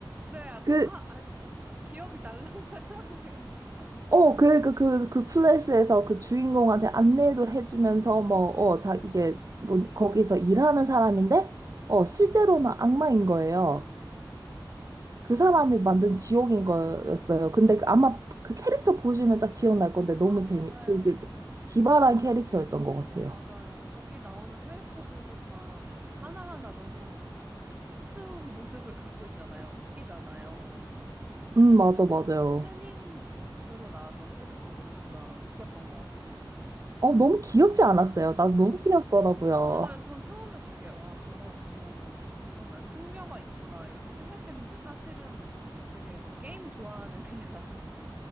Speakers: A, on the right (about 15°); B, on the right (about 40°).
A: 네, 아,
B: 그,
A: 아, 알 것 같은데. 기억이 날랑말랑해요. <laughs>
B: 어, 그, 그, 그, 그 플래시에서 그 주인공한테 안내도 해주면서 뭐,
A: 네.
B: 어, 자, 이게, 뭐, 거기서 일하는 사람인데, 어, 실제로는 악마인 거예요.
A: 음,
B: 그 사람이 만든 지옥인 거였어요. 근데 그- 아마 그 캐릭터 보시면 딱 기억날 건데 너무
A: 아,
B: 재미,
A: 맞아요.
B: 그게 기발한 캐릭터였던 것 같아요.
A: 맞아요. 거기 나오는 캐릭터들도 다 하나하나 너무 우스운 모습을 갖고 있잖아요. 웃기잖아요. 그,
B: 음, 맞아, 맞아요.
A: 스님으로 나왔던 캐릭터도 진짜 웃겼던 것 같고.
B: 어, 너무 귀엽지 않았어요? 나 너무 귀엽더라고요.
A: 맞아요. 전 처음에 되게, 와, 저런 엄청, 엄청난 승려가 있구나, 이렇게 생각했는데 사실은 되게 막 게임 좋아하는 그냥 <laughs>